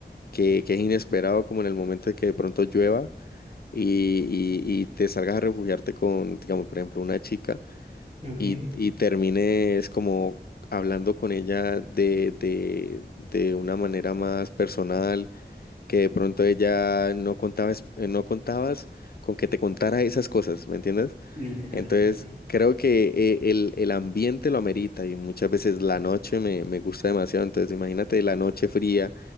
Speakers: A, on the left; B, on the right.
A: que, que es inesperado, como en el momento de que de pronto llueva y, y- y te salgas a refugiarte con, digamos, por ejemplo, una chica
B: Ok,
A: y, y termines como hablando con ella de, de, de una manera más personal, que de pronto ella no contabas, eh, no contabas con que te contara esas cosas, ¿me entiendes?
B: Literal,
A: Entonces,
B: sí, sí,
A: creo que eh, el, el ambiente lo amerita y muchas veces la noche me, me gusta demasiado. Entonces, imagínate la noche fría,